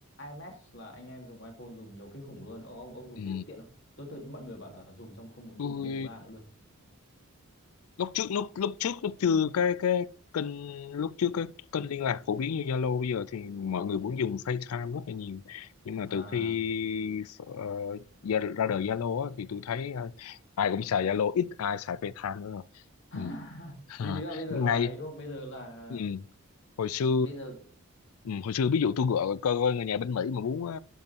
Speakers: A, on the left (about 55°); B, on the left (about 75°).
A: iMessage là anh em dùng iPhone dùng nhiều kinh khủng luôn ông ông dùng
B: ừ.
A: thấy tiện không tôi thấy mọi người bảo là dùng xong không muốn
B: tôi
A: dùng bên thứ ba nữa luôn
B: lúc trước lúc lúc trước lúc chưa cái cái kênh lúc trước cái kênh liên lạc phổ biến như Zalo bây giờ thì mọi người cũng dùng FaceTime rất là nhiều nhưng mà
A: à
B: từ khi ờ, ra, ra đời Zalo á, thì tôi thấy ai, ai cũng xài Zalo ít ai xài FaceTime nữa rồi
A: <laughs>
B: ừ. <laughs> Ha.
A: vì thế là bây giờ
B: ngay
A: là ấy đúng không bây giờ là
B: ừ hồi xưa
A: bây giờ
B: ừ, hồi xưa ví dụ tôi gọi coi, coi người nhà bên Mỹ mà muốn ờ,